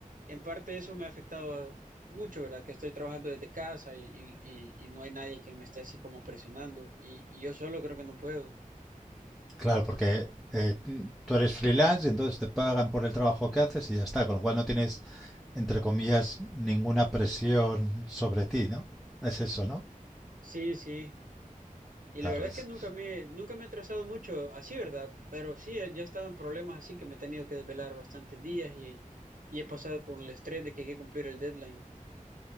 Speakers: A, on the right; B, in the centre.
A: en parte eso me ha afectado mucho, ¿verdad? Que estoy trabajando desde casa y, y, y y no hay nadie que me esté así como presionando y, y yo solo creo que no puedo.
B: Claro, porque eh, tú eres freelance y entonces te pagan por el trabajo que haces y ya está, con lo cual no tienes, entre comillas, ninguna presión sobre ti, ¿no? Es eso, ¿no?
A: Sí, sí. Y
B: Claro,
A: la verdad
B: es,
A: es que nunca me, nunca me he atrasado mucho así, ¿verdad? Pero sí, eh, ya he estado en problemas así que me he tenido que desvelar bastantes días y, y he pasado con el estrés de que hay que cumplir el deadline.